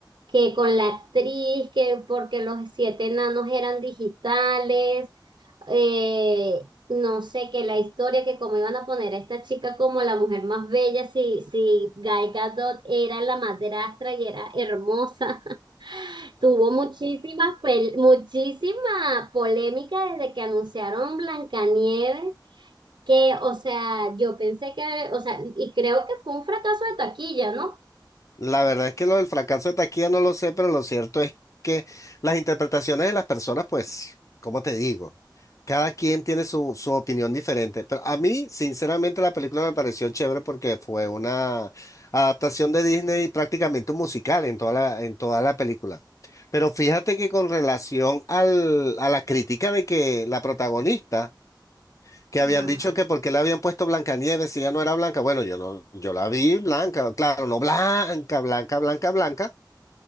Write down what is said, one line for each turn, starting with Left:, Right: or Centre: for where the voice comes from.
Right: que con la actriz, que porque los siete enanos eran digitales, eh, no sé, que la historia, que cómo iban a poner a esta chica como la mujer más bella, si, si Gal Gadot era la madrastra y era hermosa, <laughs> tuvo muchísimas, pel- muchísima polémica desde que anunciaron Blancanieves que, o sea, yo pensé que, o sea, y creo que fue un fracaso de taquilla, ¿no?
Left: La verdad es que lo del fracaso de taquilla no lo sé, pero lo cierto es que las interpretaciones de las personas, pues, ¿cómo te digo? Cada quien tiene su, su opinión diferente. Pero a mí, sinceramente, la película me pareció chévere porque fue una adaptación de Disney y prácticamente un musical en toda la, en toda la película. Pero fíjate que con relación al, a la crítica de que la protagonista que
Right: Ajá.
Left: habían dicho que porque le habían puesto Blancanieves si ya no era blanca. Bueno, yo no, yo la vi blanca, claro, no blanca, blanca, blanca, blanca,